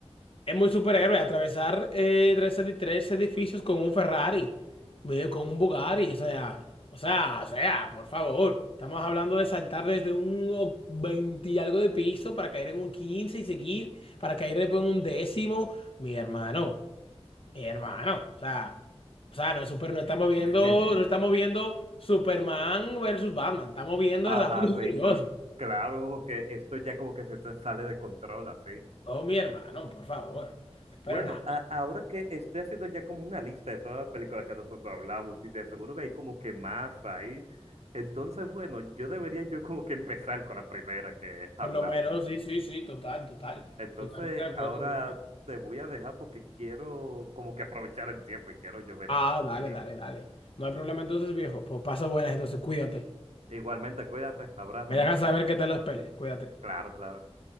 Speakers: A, on the left; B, on the right.
A: es muy superhéroe atravesar eh, tres, edi- tres edificios con un Ferrari, medio con un Bugatti, o sea, o sea, o sea, por favor. Estamos hablando de saltar desde un o- 20 y algo de piso para caer en un 15 y seguir, para caer después en un décimo. Mi hermano, mi hermano, o sea, o sea, no es super, no
B: <laughs>
A: estamos viendo, no estamos viendo Superman versus Batman, estamos viendo
B: Ajá,
A: el Rápido y
B: sí,
A: Furioso.
B: cla- claro, porque esto ya como que se te sale de control, así.
A: Oh, mi hermano, por favor. Pero
B: Bueno,
A: nada.
B: a- ahora que estoy haciendo ya como una lista de todas las películas que nosotros hablamos, y de seguro que hay como que más ahí. Entonces, bueno, yo debería yo como que empezar con la primera que hablamos.
A: Por lo menos, sí, sí, sí, total, total.
B: Entonces,
A: Totalmente de acuerdo,
B: ahora
A: mi hermano.
B: te voy a dejar porque quiero como que aprovechar el tiempo y quiero yo ver
A: Ah,
B: estas
A: dale,
B: películas.
A: dale, dale. No hay problema entonces, viejo. Pues pasa buenas, entonces cuídate.
B: E Igualmente, cuídate, abrazos.
A: Me dejas saber qué tal las pelis. Cuídate.
B: Claro, claro.